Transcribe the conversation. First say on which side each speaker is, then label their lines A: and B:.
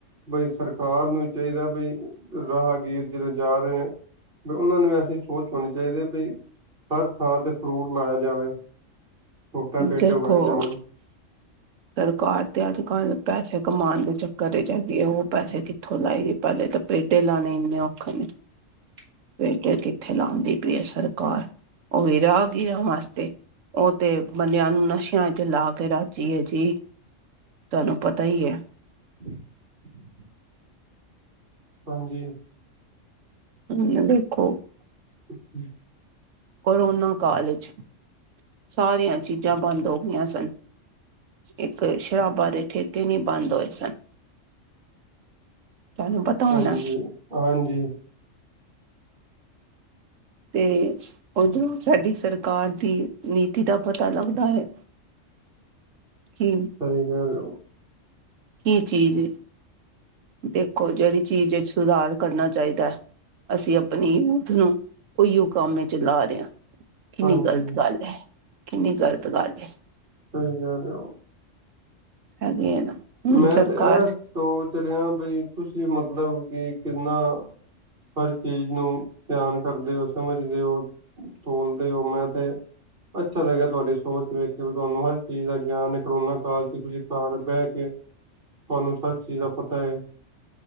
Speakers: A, on the right (about 45°); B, on the right (about 75°).
A: ਬਈ ਸਰਕਾਰ ਨੂੰ ਚਾਹੀਦਾ, ਬਈ ਰਾਹਗੀਰ ਜਦੋਂ ਜਾ ਰਹੇ ਨੇ ਉਹਨਾਂ। ਅਂ ਸੋਚ ਹੋਣੀ ਚਾਹੀਦੀ ਹੈ, ਹਰ ਥਾਂ ਤੇ ਫਰੂਟ ਲਾਇਆ ਜਾਵੇ। ਉਹਟਾ ਪੇਟ
B: ਦੇਖੋ
A: <unintelligible>
B: ਸਰਕਾਰ ਤੇ ਅੱਜ-ਕੱਲ ਪੈਸੇ ਕਮਾਉਣ ਦੇ ਚੱਕਰ ਚ ਜਾ ਹੈਗੀ, ਉਹ ਪੈਸੇ ਕਿੱਥੋਂ ਲਾਏ ਗਏ। ਪਹਿਲੇ ਤਾਂ ਪੇਡੇ ਲਾਣੇ ਇੰਨੇ ਔਖੇ ਨੇ
A: <unintelligible>
B: ਪੇਡੇ ਕਿੱਥੇ ਲਾਉਂਦੀ ਪਈਏ, ਸਰਕਾਰ ਉਹ ਵੀ ਰਾਹਗੀਰ ਵਾਸਤੇ ਉਹ ਤੇ। ਬੰਦਿਆਂ ਨੂੰ ਨਸ਼ਿਆਂ ਇੱਥੇ ਲਾ ਕੇ ਰਾਜੀ ਹੈ, ਜੀ ਤੁਹਾਨੂੰ ਪਤਾ ਹੀ ਹੈ।
A: <unintelligible> ਹਾਂਜੀ।
B: <unintelligible>
A: <unintelligible>
B: ਕੋਰੋਨਾ ਕਾਲ ਚ ਸਾਰੀਆਂ ਚੀਜ਼ਾਂ ਬੰਦ ਹੋ ਗਈਆਂ ਸਨ। ਇੱਕ ਸ਼ਰਾਬਾ ਦੇ ਠੇਕੇ ਨੀ ਬੰਦ ਹੋਏ ਸਨ। ਸਾਨੂੰ ਪਤਾ।
A: ਹਾਂਜੀ
B: ਹੋਣਾ
A: ਹਾਂਜੀ,
B: ਤੇ ਉਦੋਂ ਸਾਡੀ ਸਰਕਾਰ ਦੀ ਨੀਤੀ ਦਾ ਪਤਾ ਲੱਗਦਾ ਹੈ। ਹੂੰ,
A: <unintelligible>
B: ਕੀ ਚੀਜ਼ ਏ ਦੇਖੋ ਜਿਹੜੀ ਚੀਜ਼ ਵਿੱਚ ਸੁਧਾਰ ਕਰਨਾ ਚਾਹੀਦਾ ਹੈ। ਅਸੀਂ ਆਪਣੀ ਯੂਥ ਨੂੰ ਔਈਓ ਕਮ ਚ ਲਾ ਰਹੇ ਹਾਂ। ਕਿੰਨੀ
A: ਹਾਂਜੀ
B: ਗ਼ਲਤ ਗੱਲ ਹੈ, ਕਿੰਨੀ ਗ਼ਲਤ ਗੱਲ ਹੈ।
A: ਸਹੀ ਗੱਲ ਐ।
B: <unintelligible>
A: ਮੈਂ
B: ਸਰਕਾਰ
A: ਤੇ ਇਹ ਸੋਚ ਰਿਹਾ, ਬ ਤੁਸੀਂ ਮਤਲਬ ਕਿ ਕਿੰਨਾ ਹਰ ਚੀਜ਼ ਨੂੰ ਧਿਆਨ ਕਰਦੇ ਹੋ ਸਮਝਦੇ ਹੋ। ਤੋਲਦੇ ਹੋ ਮੈਂ ਤੇ ਅੱਛਾ ਲੱਗਿਆ, ਤੁਹਾਡੀ ਸੋਚ ਵਖ ਤੁਹਾਨੂੰ ਹਰ ਚੀਜ਼ ਦਾ ਗਿਆਨ ਹੈ, ਕਰੋਨਾ ਕਾਲ ਚ ਤੁਸੀਂ ਘਰ ਬਹਿ ਕੇ ਅਨੁਸਾਰ ਚੀਜ਼ ਦਾ ਪਤਾ ਹੈ।